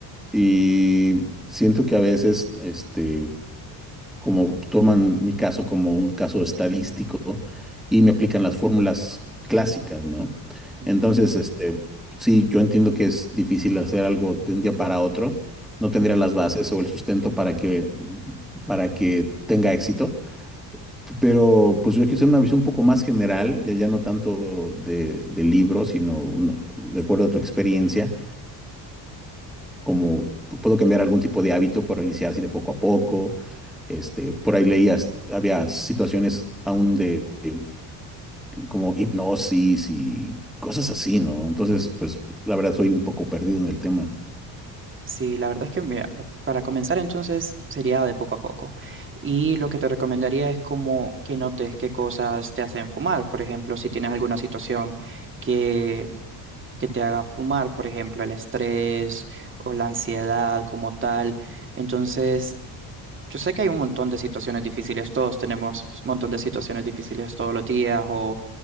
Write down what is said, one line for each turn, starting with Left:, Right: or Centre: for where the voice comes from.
Centre: y siento que a veces, este, como toman mi caso como un caso estadístico y me aplican las fórmulas clásicas, ¿no?
Right: Ujú,
Centre: Entonces, este, sí, yo entiendo que es difícil hacer algo de un día para otro, no tendría
Right: ujú.
Centre: las bases o el sustento para que, para que tenga éxito, pero pues yo quise una visión un poco más general, ya, ya no tanto de, de libro, sino uno- de acuerdo a tu experiencia, como puedo cambiar algún tipo de hábito para iniciar así de poco a poco este, por ahí leías, había situaciones aún de, de como hipnosis y cosas así, ¿no? Entonces, pues la verdad soy un poco perdido en el tema.
Right: Sí, la verdad es que mira, lo- para comenzar entonces sería de poco a poco. Y lo que te recomendaría es como que notes qué cosas te hacen fumar. Por ejemplo, si tienes alguna situación que que te haga fumar, por ejemplo, el estrés o la ansiedad como tal. Entonces, yo sé que hay un montón de situaciones difíciles, todos tenemos un montón de situaciones difíciles todos los días o